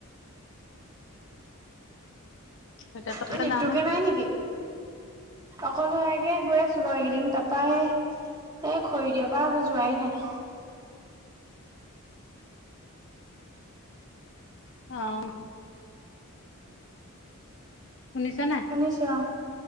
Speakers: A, on the left; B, on the right.
A: এতিয়া তহঁতে
B: তোৰ নেৰ্টৱকেই
A: যাৱ
B: নাই নেকি অকলহৰিয়াকে গৈ আছো বাৰু এইকেইদিন তাৰপা সে সেই খৰি দিয়াৰ পৰা আকৌ যোৱাই নাই।
A: অ'। শুনিছা নাই
B: শুনিছো অ'।